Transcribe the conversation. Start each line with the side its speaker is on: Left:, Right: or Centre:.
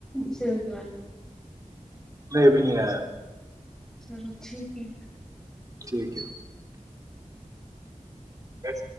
Centre: س ہو ج ب
Right: نہیں ا بھی نہیں آیا
Centre: چلو ٹھیک ہے
Right: ٹھیک ہے بیس